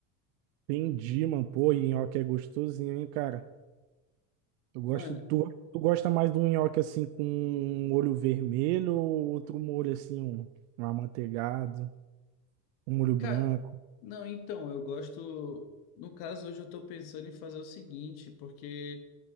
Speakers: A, on the right (about 80°); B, on the left (about 65°).
A: Entendi, mano. Pô, e nhoque é gostosinho, hein, cara? Eu gosto,
B: Mano,
A: tu, tu gosta mais de um nhoque assim com um olho vermelho ou outro molho assim, um, um amanteigado, um molho branco?
B: cara, não, então, eu gosto. No caso, hoje eu tô pensando em fazer o seguinte, porque.